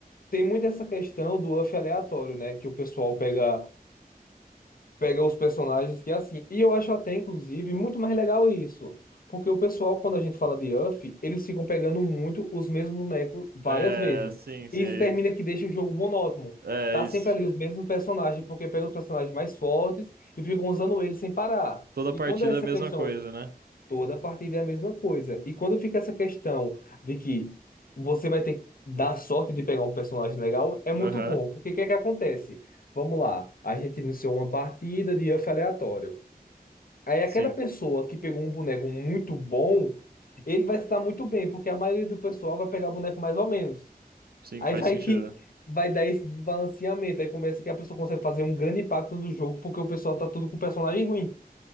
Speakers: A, on the left (about 65°); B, on the right (about 75°).
A: Tem muito essa questão do UF aleatório, né? Que o pessoal pega. pega os personagens que é assim. E eu acho até, inclusive, muito mais legal isso. Porque o pessoal, quando a gente fala de Uff, eles ficam pegando muito os mesmos bonecos várias
B: É,
A: vezes.
B: sim, sim,
A: E isso
B: aí,
A: termina que deixa o jogo monótono.
B: é
A: Tá
B: isso.
A: sempre ali os mesmos personagens, porque pega os personagens mais fortes e ficam usando eles sem parar.
B: Toda
A: E
B: partida
A: quando é essa
B: é a mesma
A: questão
B: coisa, né?
A: Toda partida é a mesma coisa. E quando fica essa questão de que você vai ter que dar sorte de pegar um personagem legal, é muito
B: Aham.
A: bom. Porque o que é que acontece? Vamos lá, a gente iniciou uma partida de UF aleatório. Aí
B: Sim,
A: aquela pessoa que pegou um boneco muito bom, ele vai se dar muito bem, porque a maioria do pessoal vai pegar boneco mais ou menos.
B: sim,
A: Aí
B: faz
A: vai
B: sentido.
A: que vai dar esse desbalanceamento. Aí começa que a pessoa consegue fazer um grande impacto no jogo, porque o pessoal tá tudo com personagem ruim.